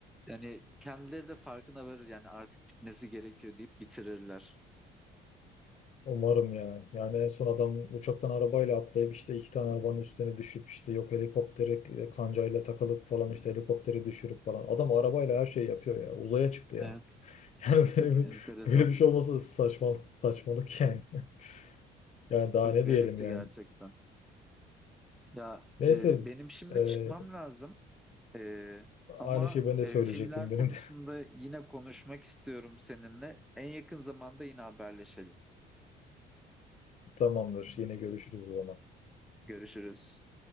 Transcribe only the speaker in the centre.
yani kendileri de farkına varır yani artık bitmesi gerekiyor deyip bitirirler.
Evet,
çok
enteresan.
Çok
garipti
gerçekten. Ya
e, benim şimdi
çıkmam lazım. E, ama
e,
filmler
konusunda
yine konuşmak istiyorum seninle. En yakın zamanda yine haberleşelim.
Görüşürüz.